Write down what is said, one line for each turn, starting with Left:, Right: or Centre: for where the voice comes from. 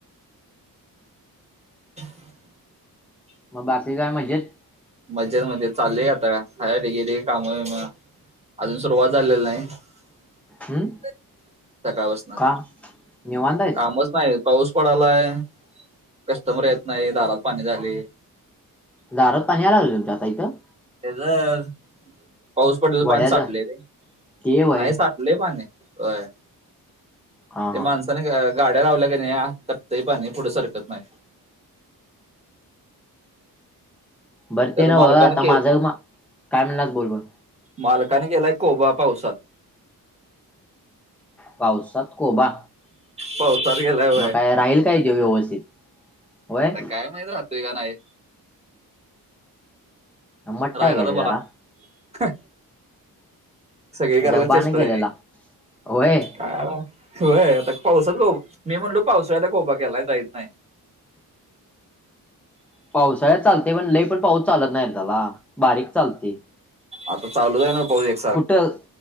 Right: <inaudible>
Centre: मग बाकी काय मजेत?
Right: मजेत मध्ये... चाललंय आता.... हाय आता, गेली ए, काम बीमं अजून सुरुवात झालेली नाई <unintelligible>
Centre: हम्म
Right: सकाळ पासनं...
Centre: का निवांत आहेस
Right: कामच नाई... पाऊस पडलाय, कस्टमर येत नाई, दारात पाणी झालंय
Centre: दारात पाणी यायला लागलं तुमच्या आता इथं?
Right: त्याचं... पाऊस पडलेलं
Centre: वड्याच
Right: पाणी साठलय रे,
Centre: ते व्हय
Right: नाई साठ लै पाणी ए... होय...
Centre: हा
Right: ते
Centre: हा
Right: माणसं गाड्या लावल्याय की नई... टपतय पाणी, पुढे सरकत नाई
Centre: बरं
Right: त्यात
Centre: ते नव्ह...
Right: मालकानं
Centre: आता
Right: के
Centre: माझं... काय म्हणलास... बोल बोल
Right: मालकानं केलाय कोबा पावसात
Centre: पावसात कोबा?
Right: पावतात केलाय व्हय
Centre: मग काय राहील काय व्यवस्थित होय
Right: आता काय माहीत, राहतोय का नाई
Centre: मट्टा
Right: राहिला
Centre: आहे काय
Right: तर
Centre: ते जरा
Right: बरा... हं सगळी करायला...
Centre: जब्बाने
Right: चेष्टा
Centre: केलेला
Right: त्याची
Centre: होय
Right: काय आता... व्हय... आता पावसात, मी म्हणलो पावसाळ्यात कोबा केलाय... आता येत नाई
Centre: पावसाळ्यात चालतंय... पण लई पण पाऊस चालत नाई रे त्याला, बारीक चालतंय.
Right: आता चालूच हे न पाऊस एक
Centre: कुठं,